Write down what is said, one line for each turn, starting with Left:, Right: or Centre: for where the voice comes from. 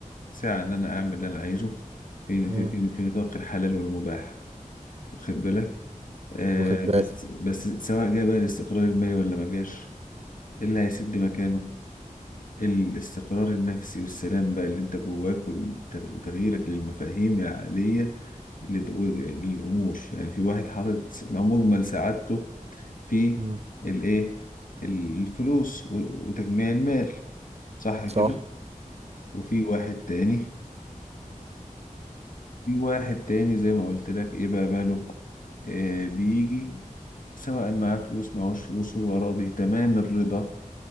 Left: ساعة ان انا اعمل اللي انا عايزه في
Right: مم.
Left: في في, في نطاق الحلال والمباح واخد بالك آه
Right: واخد بالك
Left: بس بس سواء جه بقى الاستقرار المالي ولا ما جاش إيه اللي هيسد مكانه الاستقرار النفسي والسلام بقى اللي انت جواك وتغييرك للمفاهيم العقلية لد- و- للأمور يعني في واحد حاطط مجمل سعادته في
Right: مم.
Left: الإيه الفلوس و- وتجميع المال صح كده
Right: صح
Left: وفي واحد تاني في واحد تاني زي ما قلت لك إيه بقى ماله آه بيجي سواء معاه فلوس معهوش فلوس هو راضي تمام الرضا